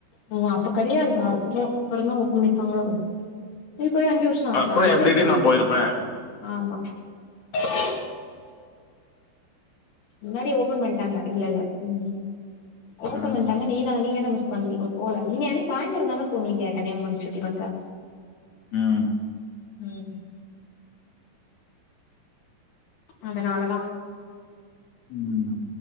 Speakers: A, on the left; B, on the left.
A: ஓ அப்ப கெடயாதுண்ணா அப் நோ அப்புறந்தா ஓபன் பண்ணி இருப்பாங்களோ போய் அஞ்சு வர்ஷோ ஆச்சா
B: அப்புறம்
A: இல்லைல்ல
B: எப்படிடி நான் போயிருப்பேன்?
A: ஆமா <unintelligible> முன்னாடி ஓபன் பண்ட்டாங்க இல்ல இல்ல ம் ஓபன்
B: ம்.
A: பண்ட்டாங்க நீதான் நீங்கதான் மிஸ் கண்டினியூ போல நீங்க என்ன சாயந்தரோதான போனுவீங்க கன்னியகுமரிய சுத்தி பாக்க
B: ம்
A: ம் அதனாலதா
B: ம்